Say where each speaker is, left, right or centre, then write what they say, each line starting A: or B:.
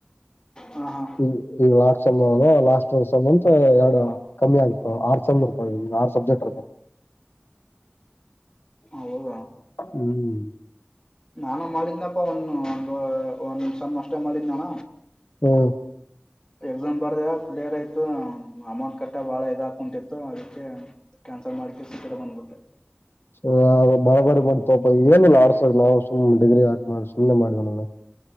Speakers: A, on the left; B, on the left.
A: ಹಾ ಹಾ
B: ಈ ಈ ಲಾಸ್ಟ್ ಸೇಮ್ ಒಳಗ ಲಾಸ್ಟ್ ಸೇಮಂತ ಎರಡು. ಕಮ್ಮಿ ಆಗ್ತವ ಆರ್ ಸೇಮ್ ಹೊಯ್ ಆರ್ ಸಬ್ಜೆಕ್ಟ್ ಇರ್ತವ್.
A: ಹೌದಾ
B: ಹ್ಮ್
A: ನಾನು ಮಾಡಿದ್ನಪ್ಪ ಒನ್ನು ಒಂದು ಒಂದ್ ಸೇಮ್ ಅಷ್ಟೆ ಮಾಡಿದ್ನಣ.
B: ಓ
A: ಎಕ್ಸಾಮ್ ಬರ್ದ ಕ್ಲಿಯರ್ ಆಯ್ತು ಅಮೌಂಟ್ ಕಟ್ಟ ಬಾಳ ಇದಾ ಕುಂತಿತ್ತು ಅದಕ್ಕೆ. ಕ್ಯಾನ್ಸಲ್ ಮಾಡ್ಕೇಸಿ ಈಕಡೆ ಬಂದ್ಬಿಟ್ಟೆ.
B: <unintelligible> ಅವ ಬಾಲ್ ಬಾರಿ ಬಂತೋ ಏನಲ್ಲ ಆಡ್ಸದ ನಾವು ಸುಮ್ಮ್ ಡಿಗ್ರಿ ಹಾಕ್ ಮಾಡಿ ಸುಮ್ನೆ ಮಾಡಿವ್ ಅಂದಾಂಗ್